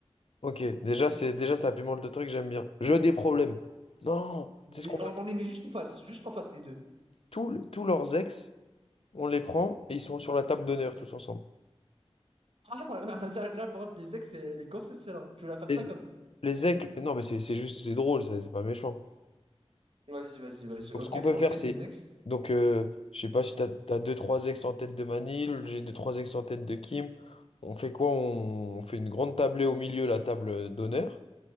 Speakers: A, on the left; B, on the right.
A: Ok, déjà, c'est, déjà, ça pimente le truc, j'aime bien. Jeu des problèmes. Non,
B: Mais
A: c'est ce qu'on peut
B: On, on les met juste en face, juste en face les deux.
A: tous le- tous leurs ex, on les prend et ils sont sur la table d'honneur tous ensemble.
B: Ah, <laughs> voilà, là, là, par contre, les ex et les corses, c'est celle-là. Tu veux la faire
A: Les,
B: ça comme.
A: les ex, non mais c'est c'est juste, c'est drôle, ça, c'est pas méchant.
B: Vas-y, vas-y, vas-y.
A: Donc
B: Ok,
A: ce qu'on peut
B: français,
A: faire, c'est.
B: les ex.
A: Donc euh, je sais pas si t'as, t'as deux, trois ex en tête de Manil, j'ai deux, trois ex en tête de Kim. On fait quoi? On, on fait une grande tablée au milieu, la table d'honneur.